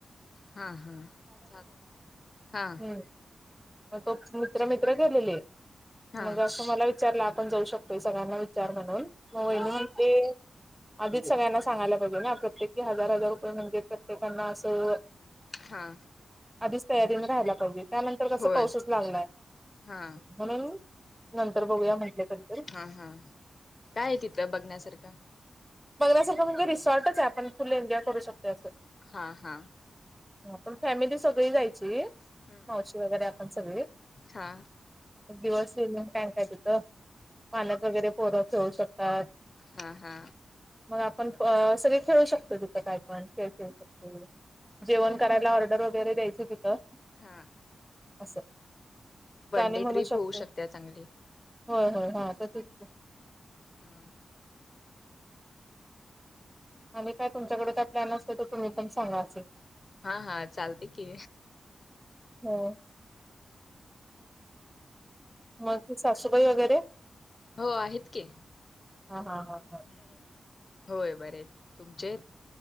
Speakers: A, on the left; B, in the centre.
A: हा हा चाल हा
B: हम्म मग तो मित्र मित्र गेलेले
A: हा
B: मग असं मला विचारला आपण जाऊ शकतोय सगळ्यांना विचार म्हणून मग वहीणी
A: हा
B: म्हटली आधीच सगळ्यांना सांगायला पाहिजे ना प्रत्येक क हजार हजार रुपये म्हणजे प्रत्येकांना असं
A: हा
B: आधीच तयारीने राहायला पाहिजे त्यानंतर कसं
A: होय
B: पाऊसच लागलाय.
A: हा
B: म्हणून नंतर बघूया म्हटलं तरी
A: हा हा काय आहे तिथं बघण्यासारखं.
B: बघला सगखं म्हणजे रिसॉर्टच आहे आपण फुल एन्जॉय करू शकतो असं.
A: हां हां.
B: हा पण फॅमिली सगळी जायची.
A: हम
B: मावशी वगैरे आपण सगळी.
A: हा
B: दिवस स्विमिंग टँक आहे तिथं पाण्यात वगैरे पोरं ठेवू शकतात.
A: हा हा
B: मग आपण सगळे खेळू शकतो तिथं काय पण खेळ खेळू शकतो. जेवण
A: हा
B: करायला ऑर्डर वगैरे द्यायच तिथं.
A: हां
B: अस गाणी
A: डे
B: म्हणू
A: ट्रिप
B: शकतो
A: होऊ शकते चांगली
B: होय होय हा त तेसच.
A: हा
B: आणि काय तुमच्याकडे काय प्लॅन असतो तो तुम्ही पण सांगा असं.
A: हा हा चालतंय की.
B: हो म त सासूबाई वगैरे.
A: हो आहेत‌ की.
B: हा हा हा.
A: हम्म होय बरं आहेत तुमचे.